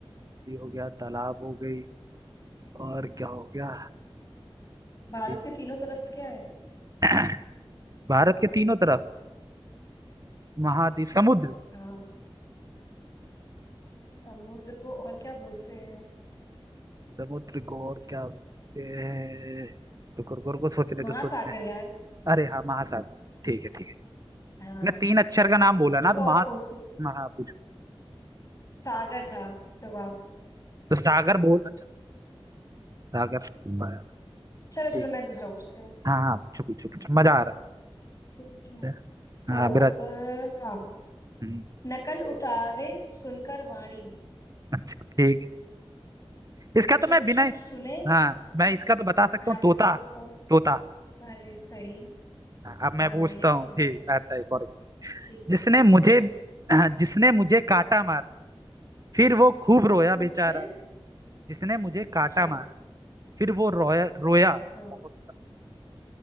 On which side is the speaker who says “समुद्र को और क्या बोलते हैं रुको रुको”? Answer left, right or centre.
Right